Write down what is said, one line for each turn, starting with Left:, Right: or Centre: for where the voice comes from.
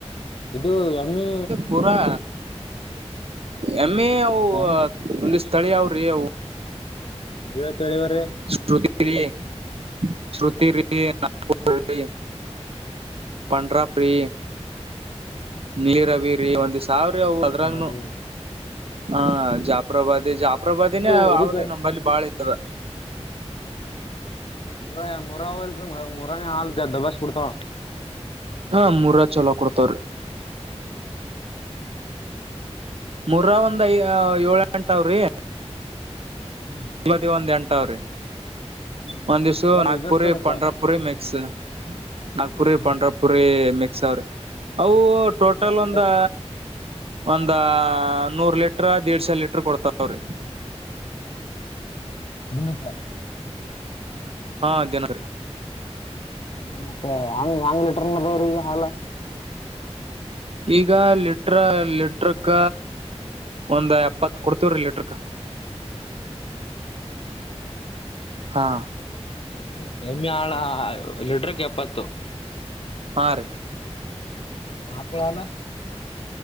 Left: ಇದೂ ಎಮ್ಮಿ
Right: ಪುರಾ ಯಮ್ಮಿ ಅವ
Left: <unintelligible>
Right: ಒಂದಿಸತಳೀ ಅವ್ರಿ ಅವು
Left: ನೀವ ತಳವ್ರೀ
Right: <unintelligible> ಪನಂಡರ ಪ್ರಿ ನೀರಬೀರಿ ಒಂದ ಸಾವ್ರ ಅ ಅದ್ರಂಗನು
Left: ಪ್ರಭದಿ
Right: ಹಾ ಜಾಫ್ರಬಾದಿ ಜಾಫ್ರಬಾದಿನೇ
Left: ಇದು ಇದಕ್ಕೆ
Right: ಅವ್ರೇ ನಂಬಲ್ಲಿ ಬಾಳ ಇದ
Left: ಮುರ ಮುರಾವ ಇಲ್ರರಿ ಮುರಾನೇ ಹಾಲ ಜ ದಬ್ಬಾಸಿ ಕೋಡ್ತಾವ
Right: ಹಾ ಮೂರ್ ಚಲೋ ಕೊಡ್ತಾವ್ರಿ
Left: ಹ್ಞೂ
Right: ಮೂರಾವ ಒಂದ್ ಏಳ ಎಂಟಾವ್ರಿ
Left: ಹ್ಮ್
Right: ಇದಿ ಒಂದ ಎಂಟ ಅದಾವ್ರಿ
Left: ಹ್ಮ್
Right: ಒಂದ್ ದಿವಸ
Left: ಚಲೋ
Right: ನಾಗಪುರಿ
Left: ಬಿಸ್ನೆಸ್ದಾರ್ ಅಪ್ಪ
Right: ಪ್ರಂಡಾ ಪುರಿ ಮಿಕ್ಸ್ ನಾಗಪುರಿ
Left: ಹ್ಮ್
Right: ಪಂಡ್ರಪುರಿ ಮಿಕ್ಸ್ ಅವ್ರಿ ಅವು.
Left: ನಿಮ್ಮಲ್ಲಿ
Right: ಟೋಟಲ್
Left: ಎಲ್ಲತ್ತ
Right: ಒಂದು ಒಂದ ನೂರ್ ಲೀಟ್ರ ದೀಡಸೇ ಲೀಟ್ರ ಕೊಡ್ತಾವ್ರಿ.
Left: <unintelligible>
Right: ಹಾ ದಿನರಿ
Left: ಹ ಮತ್ತೆ ಹಂಗ ಆಂಗ್ ಲೀಟರ್ ಮದವ್ರಗೆ ಹಾಲಾ.
Right: ಈಗ ಲಿಟ್ರ ಲಿಟ್ರಕ್ಕ ಒಂದ್ ಎಪ್ಪತ್ ಕೊಡ್ತೀವ್ರಿ ಲೀಟರ್ಕ
Left: ಹೂ ರ್ರೀ
Right: ಹಾ
Left: ಹೆಮ್ಮೆ ಹೆಮ್ಮೆ ಹಾಲಾ ಲಿಟ್ರಕ್ ಎಪ್ಪತ್ತು
Right: ಹಾ ರೀ
Left: ಆಕಳ ಹಾಲ